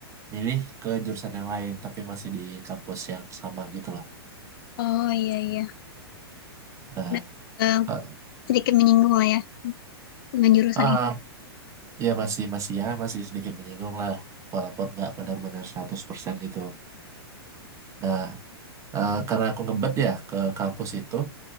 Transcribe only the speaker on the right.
milih ke jurusan yang lain tapi masih di kampus yang sama gitu lah.
Nah,
eh,
ah,
ya masih masih ya masih sedikit menyinggung lah walaupun nggak benar-benar 100% gitu. Nah, eh, karena aku ngebet ya ke kampus itu,